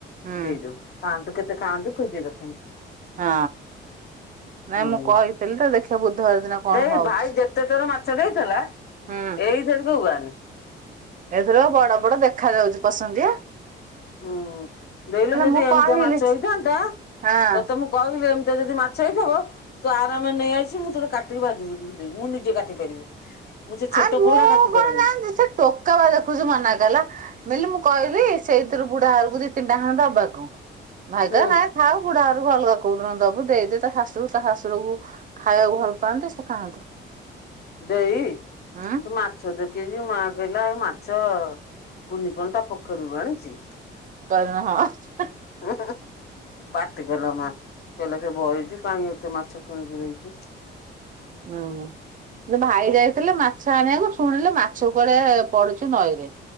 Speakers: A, on the right; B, on the left.
A: ହୁଁ
B: ଦେଇଦବୁ ଖାଆନ୍ତୁ କେତେ ଖାଆନ୍ତୁ ଖୋଜେ କଥା
A: ହଁ ନାଇଁ
B: ହୁଁ
A: ମୁଁ କହିଥିଲି ତ ଦେଖିବା ବୁଧବାର ଦିନ କଣ
B: ଦେଇ
A: ହଉଛି
B: ଭାଇ ଯେତେ ଥର ମାଛ ଦେଇଥିଲା
A: ହୁଁ
B: ଏଇଥିରେ ଉଆଳି
A: ଏଥିର ବଡ ବଡ ଦେଖା ଯାଉଛି ପସନ୍ଦଆ
B: ହୁଁ ଦେଲୁ ଯଦି
A: ମୁଁ
B: ଏମିତିଆ
A: କହିଲି
B: ମାଛ ହେଇଥାନ୍ତା
A: ହଁ
B: ତତେ ମୁଁ କହିଲି ଏମିତି ଯଦି ମାଛ ହେଇଥିବା ତୁ ଆରାମରେ ନେଇ ଆସି ମୁଁ ତୋତେ କାଟିକି ଭାଜିବୁଝି କି ଦେମୀ ମୁଁ ନିଜେ କାଟି ପାରିବି ମୁଁ ସେ ଛୋଟ
A: ଆରେ ମୁଁ
B: ପୋହଳା କାଟି ପାରେନି
A: କଣ ଜାଣୀଚି ସେ ଟୋକା ବା ଦେଖୁଛି ମନା କଲା ବଇଲେ ମୁଁ କହିଲି ସେଇଥିରୁ ବୁଢା ଘରକୁ ଦି ତିନିଟା ଖଣ୍ଡେ ଦବାକୁ। ଭାଇ
B: ହୁଁ
A: ତ ନାଇଁ ଥାଉ ବୁଢା ଘରକୁ ଅଲଗା କ କୋଉଦିନ ଦବୁ ଦେଇଦେ ତା ଶାଶୁକୁ ତା ଶାଶୁୁରକୁ ଖାଇବାକୁ ଭଲ ପାଆନ୍ତି ସେ ଖାଆନ୍ତୁ।
B: ଦେଇ।
A: ହଁ।
B: ସେ ମାଛ ଦେଖିକି ମାଆ କହିଲା ଏଇ ମାଛ କୁନି କଣ ତା ପୋଖରୀରୁ ଆଣିଛି।
A: କହିଁ ଲୁନି ହଁ।
B: ଉ ହୁ ପାଟି କଲ ମା କହିଲ ସେ ବଇଚି କାଇଁ ଏତେ ମାଛ କାହିଁକି ଦେଇଚି।
A: ହୁଁ ସେ ଭାଇ ଯାଇଥିଲେ ମା ଛ ଆଣିବାକୁ ଶୁଣିଲେ ମାଛ କୁଆଡେ ପଡୁଛି ନଈରେ।